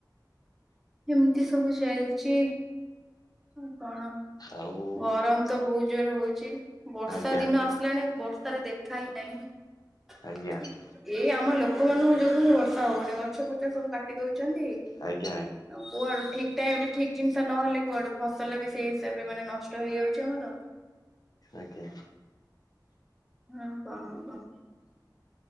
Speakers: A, in the centre; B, on the left (about 60°).
A: ଏମିତି ସବୁ ଚାଲିଛି ଆଉ କଣ?
B: ଆଉ
A: ଗରମ ତ ବହୁତ ଜୋରେ ହଉଛି ବର୍ଷା
B: ଆଜ୍ଞା
A: ଦିନ
B: ଆଜ୍ଞା
A: ଆସିଲାଣି ବର୍ଷାର ଦେଖ - ଦେଖା ହିଁ ନାହିଁ
B: ଆଜ୍ଞା
A: ଏଇ ଆମ ଲୋକମାନଙ୍କ ଯୋଗୁଁ ବର୍ଷା ହଉନି। ଗଛ ଫଛ ସବୁ କାଟି ଦଉଛନ୍ତି।
B: ଆଜ୍ଞା
A: କୁଆଡୁ ଠିକ ଟାଇମ ରେ ଠିକ ଜିନିଷ ନହଲେ କୁଆଡୁ ଫସଲ ବି ସେଇ ହିସାବରେ ମାନେ ନଷ୍ଟ ହେଇଯାଉଛି ଆମର।
B: ଆଜ୍ଞା।
A: ହଁ କଣ କ?